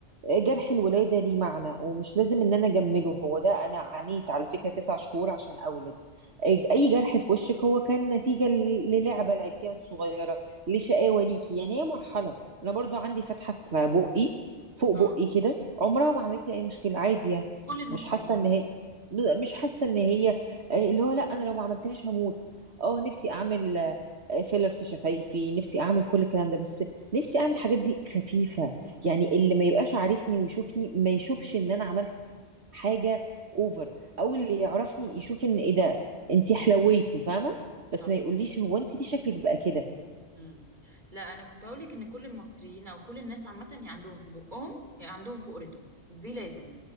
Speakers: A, on the right; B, on the right.
A: آه، جرح
B: مم.
A: الولاده ليه معنى ومش لازم ان انا اجمله هو ده انا عانيت على فكره تسع شهور عشان اولد آه، اي جرح في وشك هو كان نتيجه ل- للعبه لعبتيها وانت صغيره لشقاوه ليكي يعني هي مرحله انا برضو عندي فتحه في بقي فوق
B: اه
A: بقي كده عمرها ما عملت لي اي مشكله عادي يعني
B: كل المصريين
A: مش حاسه ان هي مش حاسه ان هي آه، اللي هو لا انا لو ما عملتهاش هموت اه نفسي اعمل فيلر في شفايفي نفسي اعمل كل الكلام ده بس نفسي اعمل الحاجات دي خفيفه يعني اللي ما يبقاش عارفني ويشوفني ما يشوفش ان انا عملت حاجه اوفر او اللي يعرفني يشوف ان ايه ده انتي حلويتي فاهمه بس
B: صح
A: ما يقوليش هو انتي ليه شكلك بقى كده
B: مم. لا انا كنت هقولك ان كل المصريين او كل الناس عامة يا عندهم في بقهم يا عندهم في قرتهم دي لازم